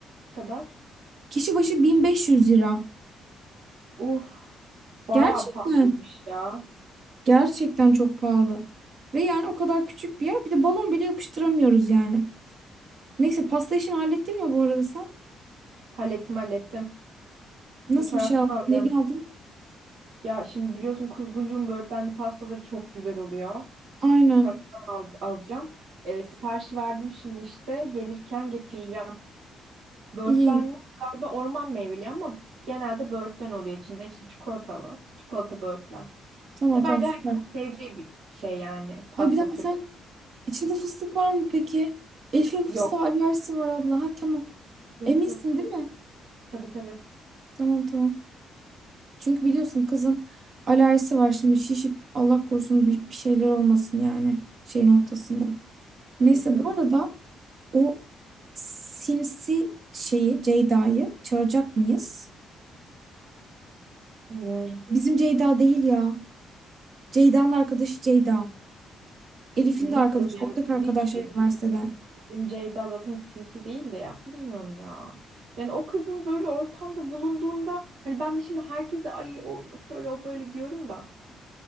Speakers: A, on the right; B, on the right.
A: Bu kadar.
B: Kişi başı 1500 lira.
A: Uf, bayağı
B: Gerçekten.
A: pahalıymış ya.
B: Gerçekten çok pahalı. Ve yani o kadar küçük bir yer. Bir de balon bile yapıştıramıyoruz yani. Neyse pasta işini hallettin mi bu arada sen?
A: Hallettim hallettim.
B: Nasıl
A: Bu taraftan
B: bir şey aldın?
A: alacağım.
B: Neli aldın?
A: Ya şimdi biliyorsun kuzguncuğun böğürtlenli pastaları çok güzel oluyor.
B: Aynen.
A: Bu taraftan al- alacağım. Ee, siparişi verdim şimdi işte. Gelirken getireceğim. Böğürtlenli
B: İyi iyi.
A: galiba orman meyveli ama genelde böğürtlen oluyor içinde. İşte çikolatalı. Çikolata böğürtlen.
B: Tamam
A: Ya bence
B: tamam süper.
A: herkes seveceği bir şey yani pasta
B: Ay bir dakika
A: türü.
B: sen içinde fıstık var mı peki? Elif'in fıstığa
A: Yok.
B: alerjisi var abla. Ha tamam.
A: Yok
B: Eminsin
A: yok.
B: değil mi?
A: Tabii tabii.
B: Tamam tamam. Çünkü biliyorsun kızın alerjisi var şimdi. Şişip Allah korusun bir, bir şeyler olmasın yani şeyin ortasında. Neyse
A: <laughs> Tabii.
B: bu arada O sinsi şeyi Ceyda'yı çağıracak mıyız?
A: Bilmiyorum.
B: Bizim Ceyda değil ya. Ceyda'nın arkadaşı Ceyda. Elif'in
A: Biliyorum
B: de arkadaşı,
A: ya
B: ortak
A: tabii
B: arkadaşlar
A: ki. de.
B: üniversiteden.
A: Bizim Ceyda zaten sinsi değil de ya bilmiyorum ya. Yani o kızın böyle ortamda bulunduğunda hani ben de şimdi herkese ay o şöyle o böyle diyorum da.